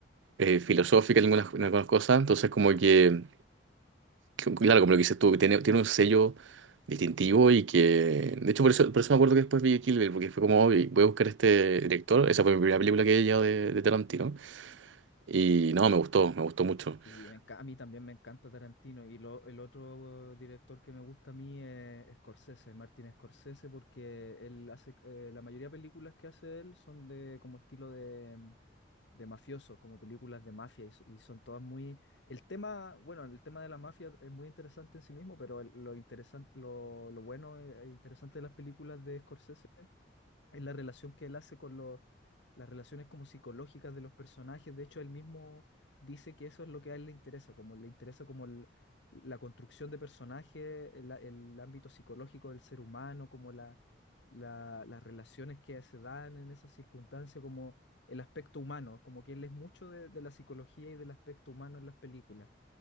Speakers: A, on the right (about 80°); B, on the left (about 75°).
A: eh, filosófica en algunas, en algunas cosas, entonces como que, claro, como lo que dices tú, que tiene, tiene un sello distintivo y que, de hecho por eso, por eso me acuerdo que después vi Kill Bill, porque fue como, "Oh, voy a buscar este director, esa fue mi primera película que vi ya de, de Tarantino, y no, me gustó, me gustó mucho. <laughs>
B: Y me enca- a mí también me encanta Tarantino. Y lo, el otro eh, director que me gusta a mí es Scorsese, Martin Scorsese, porque él hace, eh, la mayoría de películas que hace él son de como estilo de, mm, de mafioso, como películas de mafia, y, so- y son todas muy... El tema, bueno, el tema de la mafia es muy interesante en sí mismo, pero el- lo interesante, lo, lo bueno e interesante de las películas de Scorsese en la relación que él hace con los, las relaciones como psicológicas de los personajes. De hecho, él mismo dice que eso es lo que a él le interesa, como le interesa como el- la construcción de personajes, el, el ámbito psicológico del ser humano, como la, la- las relaciones que se dan en esas circunstancias, como el aspecto humano, como que él es mucho de, de la psicología y del aspecto humano en las películas.